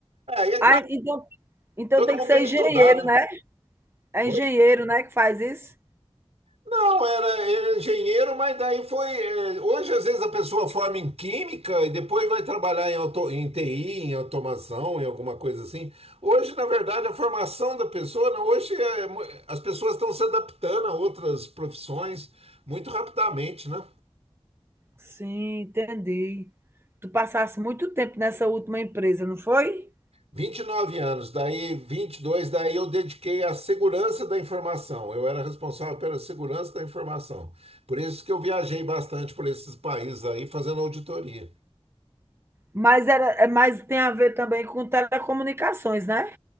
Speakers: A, on the right; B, on the right.
A: É, e é
B: ah,
A: claro,
B: então então
A: todo
B: tem
A: mundo
B: que ser
A: tem que
B: engenheiro,
A: estudar, né?
B: né? É
A: Oi?
B: engenheiro, né, que faz isso?
A: Não, era, era engenheiro, mas daí foi. é, hoje, às vezes, a pessoa forma em química e depois vai trabalhar em, auto- em TI, em automação, em alguma coisa assim. Hoje, na verdade, a formação da pessoa, não, hoje é mu- as pessoas estão se adaptando a outras profissões muito rapidamente, né?
B: Sim, entendi. Tu passasse muito tempo nessa última empresa, não foi?
A: vinte e nove anos, daí 22 daí eu dediquei à segurança da informação. Eu era responsável pela segurança da informação. Por isso que eu viajei bastante por esses países aí fazendo auditoria.
B: Mas era é mas tem a ver também com telecomunicações, né?